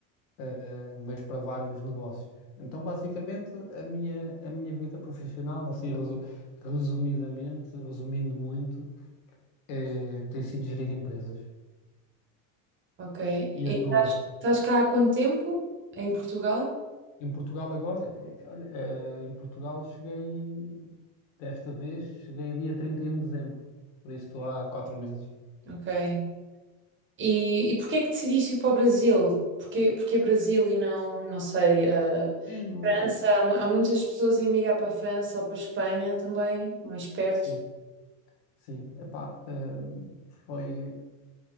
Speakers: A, on the left; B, on the right.
A: eh, mas para vários negócios. Então, basicamente, a minha, a minha vida profissional, assim, resu- resumidamente, resumindo muito, eh, tem sido gerir empresas.
B: ok. E
A: E a tua?
B: estás, estás cá há quanto tempo? Em Portugal?
A: Em Portugal agora, eh, olha, eh, em Portugal cheguei, desta vez, cheguei dia 31 de dezembro, por isso estou há quatro meses.
B: Ok. E, e porquê é que decidiste ir para o Brasil? Porquê, porquê Brasil e não, não sei, eh,
A: Sim, não-
B: França? Há, mu- há muitas pessoas a emigrar para a França ou para a Espanha também, mais perto.
A: sim, sim. Epá, ehm, foi,